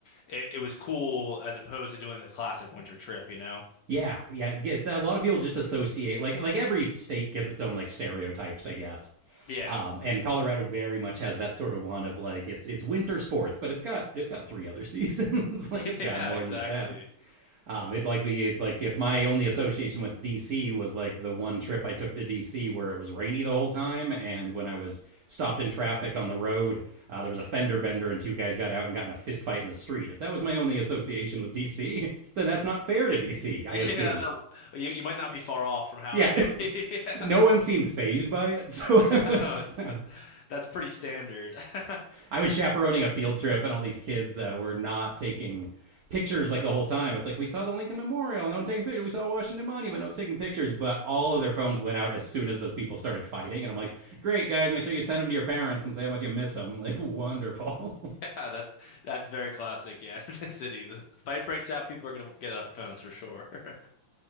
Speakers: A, on the left (about 70°); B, on the right (about 75°).
A: it, it was cool as opposed to doing the classic winter trip, you know?
B: Yeah, yeah, yeah, it's a lot of people just associate like like every state gets its own like stereotypes, I guess.
A: Yeah,
B: Um, and Colorado very much has that sort of one of like it's it's winter sports, but it's got it's got three other seasons. <laughs> like
A: <laughs>
B: it's got
A: yeah,
B: more
A: exactly.
B: than just that. Um, it'd like be like if my only association with DC was like the one trip I took to DC where it was rainy the whole time, and when I was stopped in traffic on the road, uh, there was a fender bender and two guys got out and got in a fist fight in the street. If that was my only association with DC, <laughs> then that's not fair to DC, I
A: Yeah,
B: assume.
A: you you might not be far off from how
B: Yeah,
A: it can be.
B: <laughs>
A: <laughs>
B: no one seemed phased by it. <laughs> So
A: Yeah.
B: I was
A: No, it's
B: uh,
A: that that's pretty standard. <laughs>
B: I was chaperoning a field trip, and all these kids uh, were not taking pictures like the whole time. It's like we saw the Lincoln Memorial, no one taking pictures. We saw Washington Monument, no one's taking pictures. But all of their phones went out as soon as those people started fighting, and I'm like, great guys, make sure you send them to your parents and say how much you miss them. Like wonderful. <laughs>
A: Yeah, that's that's very classic. Yeah, <laughs> the city, the fight breaks out. People are gonna get out the phones for sure. <laughs>